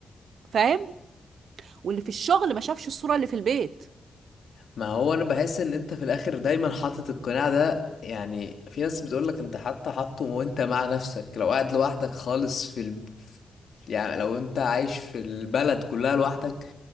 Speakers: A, on the right; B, on the left.
A: فاهم واللي في الشغل ما شافش الصورة اللي في البيت
B: ما هو انا بحس ان انت في الاخر دايما حاطط القناع ده يعني في ناس بتقولك انت حتى حاطه وانت مع نفسك لو قاعد لوحدك خالص في ال... يعني لو انت عايش في البلد كلها لوحدك